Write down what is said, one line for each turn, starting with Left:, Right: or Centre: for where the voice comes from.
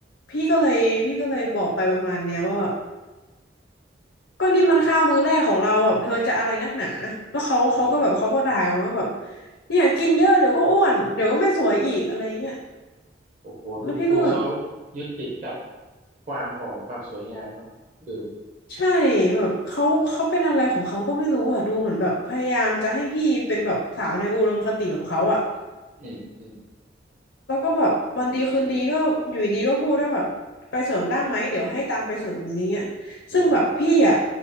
Left: พี่ก็เลยพี่ก็เลยบอกไปประมาณเนี้ยว่าแบบก็นี่มันข้าวมื้อแรกของเราแบบเธอจะอะไรนักหนาแล้วเขาเขาก็แบบเขาก็ด่ากันมาว่าแบบ
Right: นี่
Left: เนี่ยกินเยอะเดี๋ยวก็อ้วนเดี๋ยวก็ไม่สวยอีกอะไรเงี้ย
Right: โอ้โหดูดูเขา
Left: แล้วพี่ก็แบบ
Right: ยึดติดกับความผอมความสวยงามเนาะเออ
Left: ใช่แบบเขาเขาเป็นอะไรของเขาก็ไม่รู้อ่ะดูเหมือนแบบพยายามจะให้พี่เป็นแบบสาวในอุดมคติของเขาอ่ะ
Right: อืมอืม
Left: แล้วก็แบบวันดีคืนดีก็อยู่ดีก็พูดว่าแบบไปเสริมดั้งไหมเดี๋ยวให้ตังค์ไปเสริมอย่างเงี้ย
Right: โอ้
Left: ซึ่งแบบพี่อ่ะ